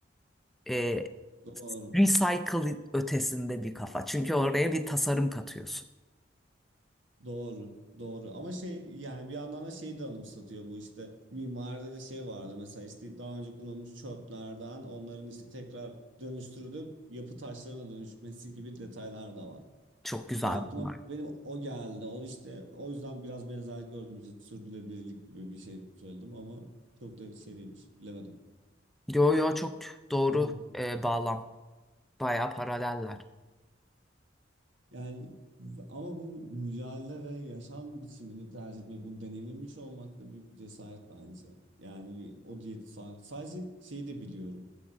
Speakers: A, in the centre; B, on the right.
A: e,
B: Doğru.
A: recycle ötesinde bir kafa. Çünkü oraya bir tasarım katıyorsun.
B: Doğru. Doğru. Ama şey yani bir yandan da şeyi de anımsatıyor bu işte mimaride de şey vardır mesela işte daha önce kullanılmış çöplerden onların işte tekrar dönüştürülüp yapı taşlarına dönüşmesi gibi detaylar da var.
A: Çok güzel
B: Yani aklıma
A: bunlar.
B: benim o geldi. O işte o yüzden biraz benzerlik gördüğüm için sürdürülebilirlik gibi bir şey söyledim ama çok da şey değilmiş. Bilemedim.
A: Yo yo çok doğru
B: Hı hı.
A: e, bağlam. Bayağı paraleller.
B: Yani ama bu mücadele ve yaşam biçimini tercih etmek, bunu deneyimlemiş olmak da büyük bir cesaret bence. Yani bir- o diyeti sa- sadece şeyi de biliyorum.